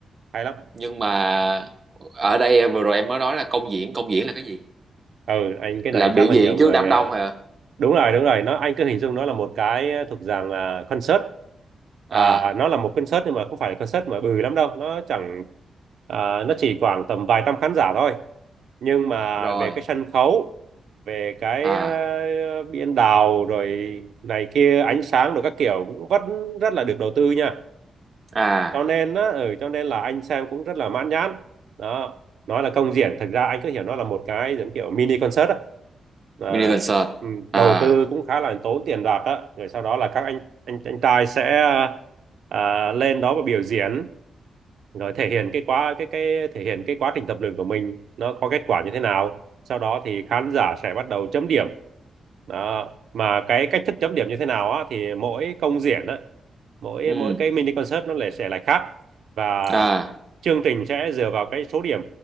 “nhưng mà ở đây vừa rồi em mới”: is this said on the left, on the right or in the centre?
Right